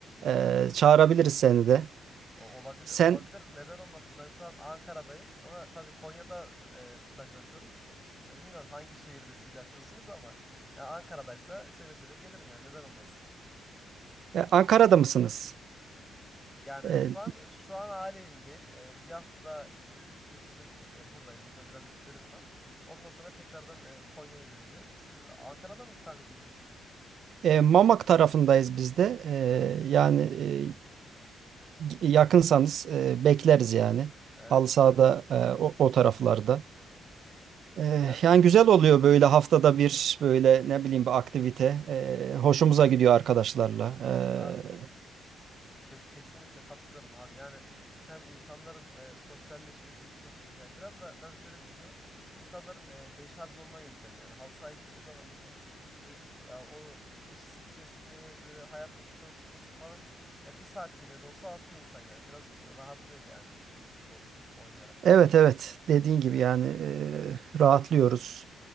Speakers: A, on the right (about 65°); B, in the centre.
A: e, çağırabiliriz seni de.
B: O- Olabilir,
A: Sen
B: olabilir. Neden olmasın? Ben şu an Ankara'dayım ama tabii Konya'da e, staj yapıyorum. Ya bilmiyorum hangi şehirde siz yapıyorsunuz ama ya Ankara'daysa seve seve gelirim yani neden olmasın.
A: e, Ankara'da mısınız?
B: Yani
A: E,
B: şu an şu an aile evindeyim. Ee, bir hafta gibi bir süreç için e, buradayım. Burada biraz işlerim var. Ondan sonra tekrardan e, Konya'ya döneceğim. Siz Ankara'da mı ikamet ediyorsunuz?
A: e, Mamak tarafındayız biz de.
B: Hmm,
A: E, yani e, yakınsanız e, bekleriz yani.
B: evet.
A: Halı sahada e, o, o taraflarda. E,
B: Yani
A: yani güzel oluyor böyle haftada bir böyle ne bileyim bir aktivite. E, hoşumuza gidiyor arkadaşlarla.
B: abi
A: E,
B: Ke- Kesinlikle katılıyorum abi. Yani hem insanların e, sosyalleşmesi için yani biraz da ben şöyle düşünüyorum. İnsanların e, deşarj olma yöntemi yani halı sahaya gittiği zaman bütün böyle, ya o iş stresini böyle hayattaki çoğu stresi falan ya bir saatliğine de olsa atıyor insan yani. Biraz rahatlıyor yani futbol oynayarak.
A: Evet evet dediğin gibi yani eee, rahatlıyoruz.